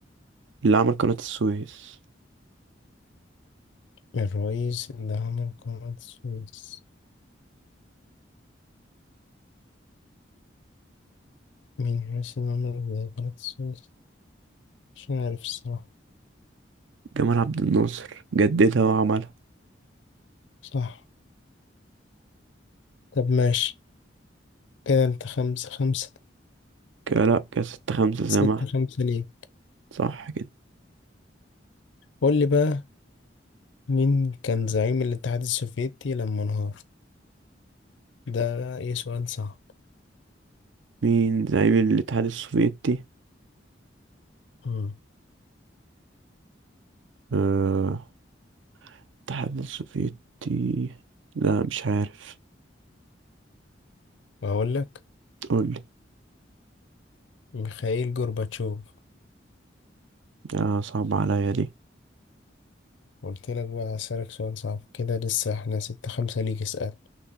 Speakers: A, on the right (about 75°); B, on the left (about 75°).
A: اللي عمل قناة السويس
B: الرئيس اللي عمل قناة السويس مين الرئيس اللي عمل قناة السويس؟ مش عارف الصراحة
A: جمال عبد الناصر جددها وعملها
B: صح طب ماشي كده انت خمسة خمسة
A: كده لأ كده ستة خمسة زي
B: ستة
A: ما احنا
B: خمسة ليه
A: صح كده
B: قول لي بقى مين كان زعيم الاتحاد السوفيتي لما انهار ده ايه سؤال صعب
A: مين زعيم الاتحاد السوفيتي
B: امم
A: أه الاتحاد السوفيتي لا مش عارف
B: اقول لك
A: قولي
B: ميخائيل جورباتشوف
A: آه صعب عليا دي
B: قلت لك بقى هسألك سؤال صعب كده لسه احنا ستة خمسة ليك اسأل